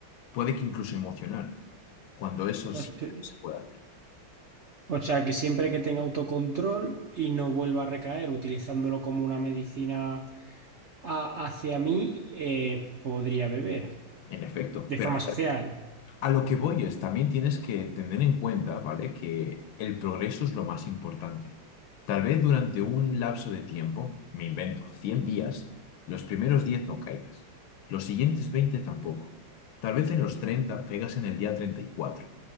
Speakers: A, on the left; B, on the right.
A: puede que incluso emocional, cuando eso
B: O
A: sí
B: se-
A: se puede hacer.
B: o sea, que siempre que tenga autocontrol y no vuelva a recaer, utilizándolo como una medicina a- hacia mí, eh, podría beber
A: En efecto,
B: de
A: pero
B: forma social.
A: A lo que voy es, también tienes que tener en cuenta, ¿vale? Que el progreso es lo más importante. Tal vez durante un lapso de tiempo, me invento, 100 días, los primeros 10 no caigas, los siguientes 20 tampoco. Tal vez en los 30 caigas en el día 34.